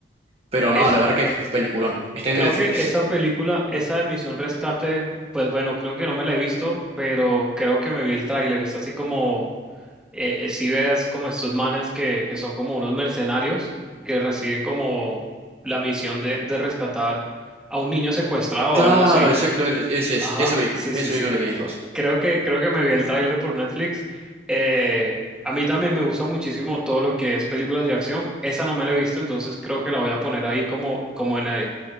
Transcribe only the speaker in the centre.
Es,
creo
que esa película, esa de Misión Rescate, pues bueno, creo que no me la he visto, pero creo que me vi el tráiler. Es así como eh, eh, si veas como estos manes que, que son como unos mercenarios que reciben como la misión de, de rescatar a un niño secuestrado
o algo así.
Ajá,
sí, sí,
sí.
Creo que, creo que me vi el tráiler por Netflix. Eh, a mí también me gusta muchísimo todo lo que es películas de acción. Esa no me la he visto, entonces creo que la voy a poner ahí como, como en, el-